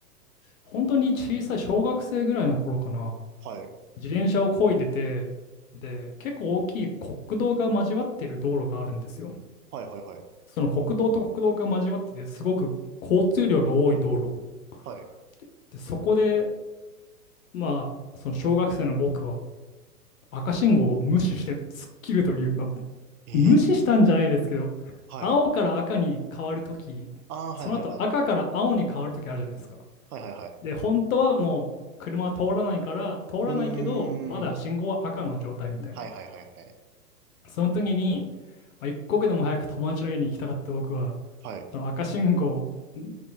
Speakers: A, on the left; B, on the right.
A: 本当に小さい小学生ぐらいの頃かな。
B: はい。
A: 自転車を漕いでて、で、結構大きい国道が交わってる道路があるんですよ。
B: はいはいはい。
A: その国道と国道が交わってて、すごく交通量が多い道路。
B: はい。
A: で、でそこで、まあ、その小学生の僕は赤信号を無視して突っ切るという、まあ、
B: ええ、
A: 無視したんじゃないですけど、
B: はい。
A: 青から赤に変わるとき、
B: ああ、はいはいはい。
A: その後赤から青に変わるときあるじゃないですか。
B: はいはいはい。
A: で、本当はもう車は通らないから、通らないけど、
B: うーん。
A: まだ信号は赤の状態みたいな。
B: はいはいはいはい。
A: その時に、まあ、一刻でも早く友達の家に行きたかった僕は、
B: はい。
A: その赤信号を、ん